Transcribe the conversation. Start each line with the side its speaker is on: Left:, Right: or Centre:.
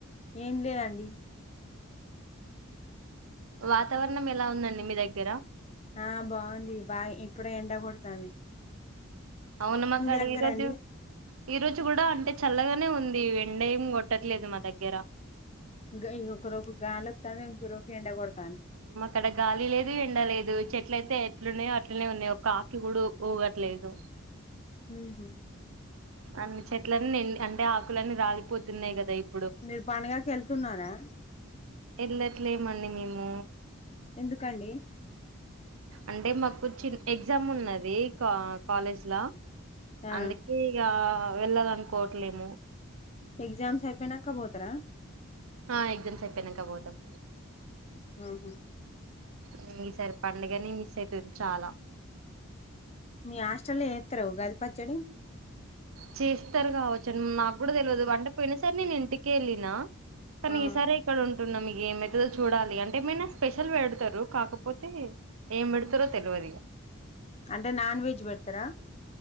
Left: ఏం లేదండి
Right: వాతావరణం ఎలా ఉందండి మీ దగ్గర
Left: ఆ బాగుంది బాగా ఇప్పుడే ఎండ కొడతాను
Right: అవున మాక్కడ
Left: దగ్గరండి
Right: ఈ రోజు ఈ రోజు కూడా అంటే చల్లగా నే ఉంది ఎండ ఏం కొట్టట్లేదు మా దగ్గర
Left: ఇగ <unintelligible> రవ్వ ఎండ కొత
Right: అక్కడ గాలి లేదు ఎండ లేదు చెట్ ట్లయితే ఎట్లున్నాయో అట్లనే ఉన్నాయో ఒక ఆకి కూడా ఊగట్లేదు
Left: హ్మ్ హు
Right: అన్ని చెట్లని నిం అంటే ఆకులన్నీ రాలిపోతున్నాయి కదా ఇప్
Left: మీర్ పండగకి వెళ్తున్నారా.
Right: వెళ్ళట్లేమండి మేము
Left: ఎందుకండి
Right: అంటే మాకు చి ఎగ్జామ్ ఉన్నది కా కాలేజ్లా
Left: ఆ
Right: అందుకే ఇగా వెళ్లాలనుకోవట్లేము
Left: ఎగ్జామ్స్ అయిపోయినాక పోతార
Right: ఆ ఎగ్జామ్స్ అయిపోయాక పోతాం
Left: ఆహా
Right: హ్మ్ ఈ సారి పండగని మిస్ అయితాది చాలా
Left: మీ హాస్టల్ లో యేస్తార ఉగాది పచ్చడి
Right: చేస్తారు కావచ్చండి మాక్ కూడా తెల్వీదు వంట ఫినిష్ర్ని నేన్ ఇంటికి వెళ్ళిన కానీ
Left: ఆ
Right: ఈసారే ఇక్కడ ఉం పున్నమ్మీకి ఏం పెడ్తారో చూడాలి అంటే ఏమన్నా స్పెషల్ పెడతారు, కాకపోతే ఏం పెడతారో తేల్వదిగా
Left: అంటే నాన్ వెజ్ పెడతారా